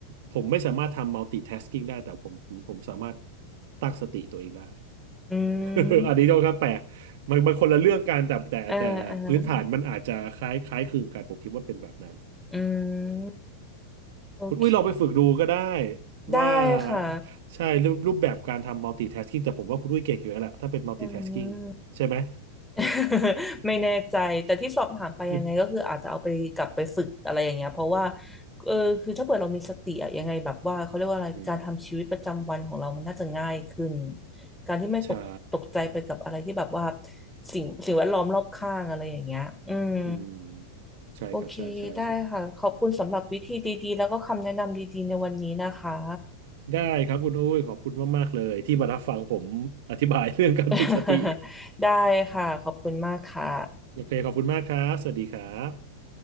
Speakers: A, on the right; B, in the centre.
A: ผมไม่สามารถทำ multitasking ได้แต่ผมผมสามารถตั้งสติตัวเองได้
B: อื
A: <laughs>
B: ม
A: อันนี้ก็แปลกมันมันคนละเรื่องกันแต่แต่แต่พื้นฐานมันอาจจะคล้ายคล้ายคลึงกันผมคิดว่าเป็นแบบนั้น
B: เออเอออืมโอเค
A: คุณอุ้ยลองไปฝึกดูก็ได้
B: ได้ค่ะ
A: ว่าใช่รูปรูปแบบการทำ multitasking แต่ผมว่าคุณอุ้ยเก่งอยู่แล้วแหละถ้าเป็น multitasking
B: อืม
A: ใช่ไหม
B: <laughs> ไม่แน่ใจแต่ที่สอบถามไปยังไงก็คืออาจจะเอาไปกลับไปฝึกอะไรอย่างเงี้ยเพราะว่า
A: <laughs>
B: เออคือถ้าเกิดเรามีสติอะยังไงแบบว่าเขาเรียกว่าอะไรการทำชีวิตประจำวันของเรามันน่าจะง่ายขึ้น
A: อืม
B: การที่ไม่ตกตกใจไปกับอะไรที่แบบว่า
A: <laughs> ใช่
B: สิ่งสิ่งแวดล้อมรอบข้างอะไรอย่างเงี้ยอืม
A: อืมใช่ครับใช่ใช่ใช่
B: โอเคได้ค่ะขอบคุณสำหรับวิธีดีๆแล้วก็คำแนะนำดีๆในวันนี้นะคะ
A: ได้ครับคุณอุ้ยขอบคุณมากๆเลยที่มารับฟังผมอธิบาย <laughs> เรื่องการฝึกสติ
B: <laughs> ได้ค่ะขอบคุณมากค่ะ
A: <laughs> โอเคขอบคุณมากครับสวัสดีครับ